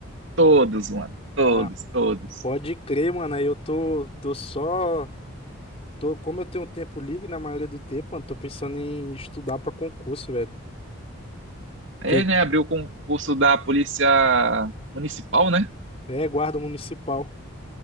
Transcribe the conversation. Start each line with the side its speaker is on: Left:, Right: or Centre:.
Right: Todos, mano. Todos,
Left: Ah,
Right: todos.
Left: pode crer, mano. Aí eu tô, tô só. Tô, como eu tenho tempo livre, na maioria do tempo, mano, tô pensando em estudar pra concurso, velho.
Right: Aí,
Left: Que
Right: né, abriu o concurso da Polícia Municipal, né?
Left: é guarda municipal.